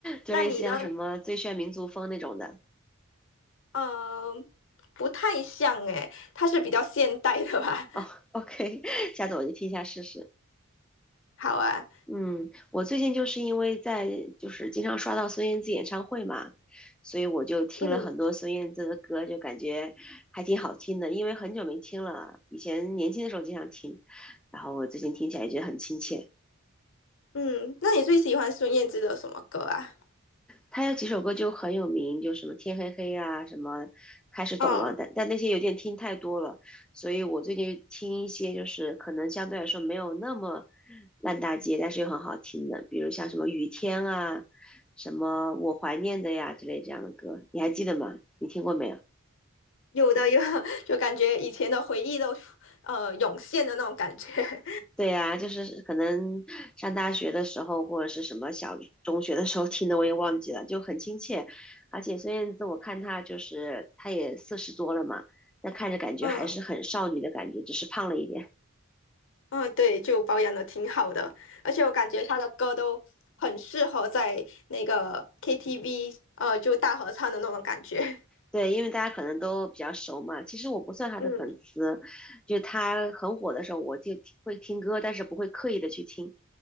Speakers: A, in the centre; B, on the left.
A: 就类似像什么最炫民族风那种的。
B: 那你呢？嗯、不太像诶，它是比较现代的吧？
A: 哦，OK，<laughs> 下次我就听一下试试。
B: 好啊，
A: 嗯，我最近就是因为在就是经常刷到孙燕姿演唱会嘛，所以我就听了很多孙燕姿的歌，
B: 嗯
A: 就感觉还挺好听的。因为很久没听了，以前年轻的时候经常听，然后我最近听起来觉得很亲切。
B: 嗯，那你最喜欢孙燕姿的什么歌啊？
A: 他有几首歌就很有名，就什么天黑黑啊，什么开始懂了，
B: 嗯，
A: 但但那些有点听太多了，所以我最近听一些就是可能相对来说没有那么烂大街，但是又很好听的，比如像什么雨天啊，什么我怀念的呀之类这样的歌，你还记得吗？你听过没有？
B: 有的有的 <laughs> 就感觉以前的回忆都呃涌现的那种感觉。<laughs>
A: 对呀，就是可能上大学的时候，或者是什么小中学的时候听的，我也忘记了，就很亲切。而且孙燕姿，我看她就是她也四十多了嘛，但看着感觉还是很少女的感觉，
B: 嗯
A: 只是胖了一点。
B: 嗯，对，就保养的挺好的，而且我感觉她的歌都很适合在那个 KTV 呃就大合唱的那种感觉。<laughs>
A: 对，因为大家可能都比较熟嘛。其实我不算她的粉丝，
B: 嗯，
A: 就她很火的时候，我就听会听歌，但是不会刻意的去听。